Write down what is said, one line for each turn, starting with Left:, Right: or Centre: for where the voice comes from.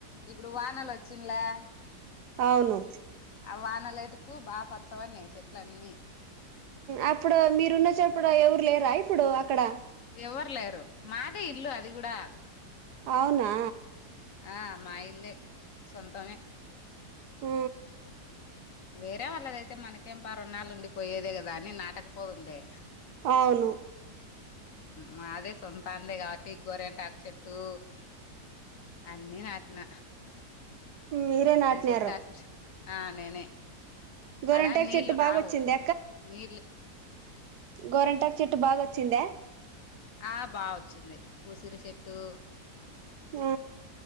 Left: ఇప్పుడు వానలు వచ్చింద్లే
Right: అవును
Left: అ వాన <unintelligible> బాగ <unintelligible> చెట్ల అన్నీ
Right: అప్పుడు మీరున్నచ్చప్పుడు ఎవరు లేరా ఇప్పుడు అక్కడ
Left: ఎవ్వరు లేరు మాదే ఇల్లు అది కూడ
Right: అవునా
Left: ఆ మా ఇల్లే సొంతమే
Right: ఉ
Left: వేరే వాళ్ళదైతే మనకేం ప రణాలు ఉండి పోయేదే కదా అని నాటకపోదునులే
Right: అవును
Left: మాదే సొంతా అందే కాబట్టి గోరెంటాకు చెట్టు అన్నీ నాటిన
Right: మీరే నాటినారు
Left: ఈ చెట్ ఆసించ్ ఆ నేనే
Right: గోరంటాకు
Left: అడా నీళ్లు
Right: చెట్టు బాగా
Left: రావు
Right: వచ్చింది
Left: నీళ్ళు
Right: గోరంటా చెట్టు బాగా వచ్చిందా
Left: ఆ బా వచ్చింది ఉసిరి చెట్టు
Right: మ్